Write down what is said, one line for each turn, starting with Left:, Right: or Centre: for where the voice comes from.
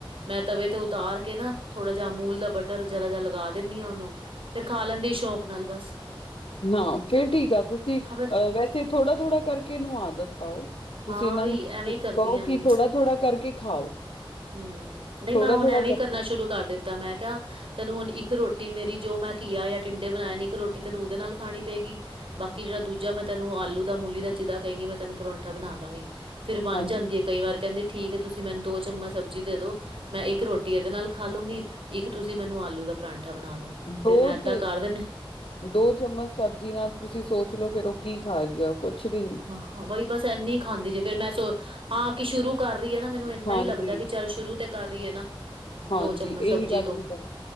Right: ਮੈਂ ਤਵੇ ਤੇ ਉਤਾਰ ਕੇ ਨਾ, ਥੋੜਾ ਜਾ ਅਮੂਲ ਦਾ ਬਟਰ ਜਰਾ ਜਾ ਲਗਾ ਦੇਨੀ ਆ ਉਹਨੂੰ ਫਿਰ ਖਾ ਲੈਂਦੀ ਸ਼ੋਕ ਨਾਲ ਬਸ
Left: ਨਾ ਫੇਰ ਠੀਕ ਆ ਤੁਸੀ, ਅਹ
Right: ਹਾਂ ਫਿਰ
Left: ਵੈਸੇ ਥੋੜਾ- ਥੋੜਾ ਕਰਕੇ ਇਹਨੂੰ ਆਦਤ ਪਾਓ ਤੁਸੀ
Right: ਹਾਂ
Left: ਇਹਨਾਂ
Right: ਵੀ
Left: ਨੂੰ
Right: ਐਵੇਂ
Left: ਕਹੋ
Right: ਈ ਕਰਦੀ ਆ ਇਹਨੂੰ।
Left: ਕਿ ਥੋੜਾ- ਥੋੜਾ ਕਰਕੇ ਖਾਓ
Right: ਹੂੰ, ਨਈ
Left: ਥੋੜਾ-ਥੋੜਾ
Right: ਮੈ ਹੁਣ ਐਂਵੇ
Left: ਕਰਕੇ
Right: ਕਰਨਾ ਸ਼ੁਰੂ ਕਰ ਦਿਤਾ ਮੈ ਕਿਆ ਤੈਨੂੰ ਹੁਣ ਇਕ ਰੋਟੀ ਮੇਰੀ ਜੋ ਮੈ ਘੀਆ ਯਾ ਟਿੰਡੇ ਬਣਾਏ ਨੇ ਇਕ ਰੋਟੀ ਤੈਨੂੰ ਉਹਦੇ ਨਾਲ ਖਾਣੀ ਪੇਗੀ ਬਾਕੀ ਜੇੜਾ ਦੂਜਾ ਮੈ ਤੈਨੂੰ ਆਲੂ ਦਾ, ਮੂਲੀ ਦਾ ਜਿਦਾ ਕਹੇਂਗੀ ਮੈ ਤੈਨੂੰ ਪਰੌਂਠਾ ਬਣਾ ਦਾਂਗੀ ਫੇਰ ਬਣ
Left: ਹਾਂਜੀ,
Right: ਜਾਂਦੀ ਏ ਕਈ ਵਾਰ ਕਹਿਂਦੀ ਠੀਕ ਐ, ਤੁਸੀ ਮੈਨੂ ਦੋ ਚਮਚ ਸਬਜ਼ੀ ਦੇ ਦੋ ਮੈਂ ਇਕ ਰੋਟੀ ਇਹਦੇ ਨਾਲ ਖਾ ਲੂਂਗੀ, ਇਕ ਤੁਸੀ ਮੈਨੂੰ ਆਲੂ ਦਾ ਪਰਾਂਠਾ ਬਣਾ ਦੋ ਫਿਰ
Left: ਬੌਤ
Right: ਮੈਂ ਏਦਾਂ ਕਰ ਦਿੰਨੀ
Left: ਦੋ ਚਮਚ ਸਬਜ਼ੀ ਨਾਲ ਤੁਸੀਂ ਸੋਚ ਲੋ ਫੇਰ ਉਹ ਕੀ ਖਾ ਰਹੀ ਆ। ਕੁਛ ਵੀ ਨੀ।
Right: ਹਾਂ ਹ, ਬੇਹੀ ਬਸ ਇੰਨੀ ਖਾਂਦੀ ਜੇ ਫੇਰ ਮੈਂ ਸ ਹਾਂ ਕਿ ਸ਼ੁਰੂ ਕਰ ਰਹੀਏ ਨਾ ਮੈਨੂੰ ਇੰਨਾ
Left: ਹਾਂਜੀ,
Right: ਹੀ ਲੱਗਦਾ ਕਿ ਚੱਲ ਸ਼ੁਰੂ ਤੇ ਕਰ ਰਹੀ ਹੈ ਨਾ।
Left: ਹਾਂਜੀ,
Right: ਦੋ ਚਮਚ
Left: ਇਹੀ
Right: ਸਬਜ਼ੀ
Left: ਗੱਲ
Right: ਤੋਂ
Left: ਹੁੰਦਾ।